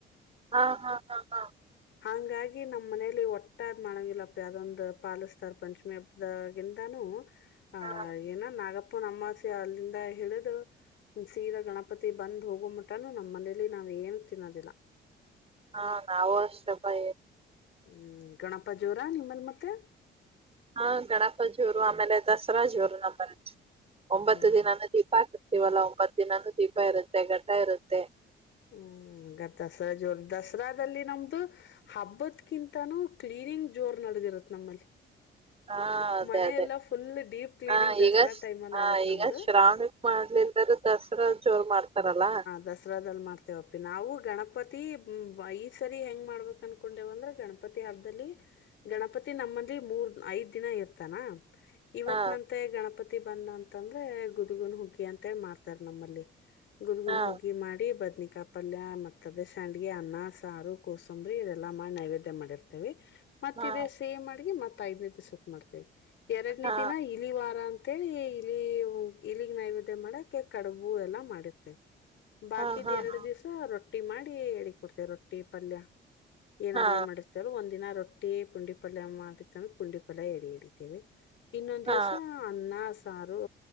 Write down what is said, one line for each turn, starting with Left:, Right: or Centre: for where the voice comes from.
Right: ಹಾ ಹಾ ಹಾ ಹಾ.
Left: ಹಂಗಾಗಿ ನಮ್ಮ್ನೇಲಿ ಒಟ್ಟ ಮಾಡಂಗಿಲ್ಲಪ್ಪ ಅದೊಂದು ಪಾಲಸ್ತಾರ್ ಪಂಚಮಿ ಹಬ್ಬದಾಗಿಂದಾನೂ. ಆ
Right: ಹಾ
Left: ಏನ ನಾಗಪ್ಪನಮ್ಮಾಸ್ಯ ಅಲ್ಲಿಂದ ಹಿಡಿದು. ಸೀದಾ ಗಣಪತಿ ಬಂದ್ ಹೋಗ ಮುಟ್ಟಾನು ನಮ್ಮ್ ಮನೇಲಿ ನಾವ್ ಏನು ತಿನ್ನೋದಿಲ್ಲ.
Right: ಹಾ ನಾವ ಅಷ್ಟಪಾ.
Left: ಹ್ಮ್ ಗಣಪ ಜೋರ ನಿಮ್ಮಲ್ ಮತ್ತೆ.
Right: ಹಾ ಗಣಪ ಜೋರು ಆಮೇಲೆ ದಸರಾ ಜೋರು ನಮ್ಮಲ್ಲೇ. ಒಂಬತ್ತು
Left: ಆ
Right: ದಿನಾನೂ ದೀಪ ಹಾಕರ್ತೀವಲ್ಲಾ ಒಂಬತ್ ದಿನಾನೂ ದೀಪ ಇರುತ್ತೆ ಘಟ್ಟ ಇರುತ್ತೆ
Left: ಹ್ಮ್ ದಸರಾ ಜೋರ್ ದಸರಾದಲ್ಲಿ ನಮ್ದು ಹಬ್ಬದಕಿಂತನು ಕ್ಲೀನಿಂಗ್ ಜೋರ್ ನ. ಇ ನಮ್ಮಲ್ಲಿ.
Right: ಹಾ ಅದೇ
Left: ಮನೆಯೆಲ್ಲ
Right: ಅದೇ
Left: ಫುಲ್ ಡೀಪ್ ಕ್ಲೀನಿಂಗ್
Right: ಹ
Left: ದಸರಾ
Right: ಈಗ
Left: ಟೈಮಲ್ಲಿ
Right: ಹ
Left: ಆಗತ್ತೆ ನಮ್ಮದು
Right: ಈಗ ಶ್ರಾವಣಕ್ ಮಾಡ. ಲ್ಲರೂ ದಸರಾ ಜೋರು ಮಾಡ್ತಾರಲ್ಲಾ.
Left: ದಸರಾದ ಅಲ್ಲಿ ಮಾಡ್ತಿ. ಪ್ಪಿ ನಾವು ಗಣಪತಿ ಈ ಸರಿ ಹೆಂಗ್ ಮಾಡ್ಬೇಕ ಅನ್ಕೊಂಡೇವ ಅಂದ್ರೆ ಗಣಪತಿ ಹಬ್ಬದಲ್ಲಿ. ಗಣಪತಿ ನಮ್ಮಂದಿ ಮೂರ್ ಐದ್ ದಿನ ಇರ್ತಾನ ಇವತ್
Right: ಹಾ
Left: ನಂತೆ ಗಣಪತಿ. ಬಂದ ಅಂತಂದ್ರೆ ಗುದ್ಗುನ್ ಹುಗ್ಗಿ ಅಂತೇಳಿ ಮಾಡ್ತಾರ ನಮ್ಮಲ್ಲಿ. ಗುುದ್ಗುನ್
Right: ಹಾ
Left: ಹೋಗಿ ಮಾಡಿ ಬದ್ನಿ ಪಲ್ಯ ಮತ್ತ ಅದೇ ಸಂಡಗ ಅನ್ನ ಸಾರು ಕೋಸಂಬರಿ ಇದೆಲ್ಲಾ ಮಾಡಿ ನೈವೇದ್ಯ ಮಾಡಿರ್ತೇವಿ ಮತ್ತ
Right: ಹಾ
Left: ಇದೇ ಸೇಮ್ ಅಡ್ಗಿ ಮತ್ ಐದನೇ ದಿವ್ಸಕ್ ಮಾಡ್ತೇವಿ ಎರಡನೇ
Right: ಹಾ
Left: ದಿನ ಇಲಿ ವಾರ ಅಂತ ಅಂತೇಳಿ ಇಲ್ಲಿ ಇಲ್ಲಿಗ್ ನೈವೇದ್ಯ ಮಾಡಕ ಕಡುಬು ಎಲ್ಲಾ ಮಾಡಿರ್ತೇವಿ ಬಾಕಿದ್
Right: ಹಾ ಹಾ
Left: ಎರಡ್
Right: ಹಾ
Left: ದಿವ್ಸ ರೊಟ್ಟಿ ಮಾಡಿ ಎಡ ಕೊಡ್ತೇ ರೊಟ್ಟಿ ಪಲ್ಯ ಏನ್
Right: ಹಾ
Left: ಅಡಗೆ ಮಾಡಿರ್ತೇವರು ಒಂದ ದಿನ ರೊಟ್ಟಿ ಟ್ಟಿ ಪುಂಡಿ ಪಲ್ಯ ಮಾಡತ್ತ ಅಂದ್ರೆ ಪುಂಡಿ ಪಲ್ಯ ಎಡಿ ಹಿಡಿತೇವಿ ಇನ್ನೊಂದ
Right: ಹಾ
Left: ದಿವ್ಸ ಅನ್ನ ಸಾರು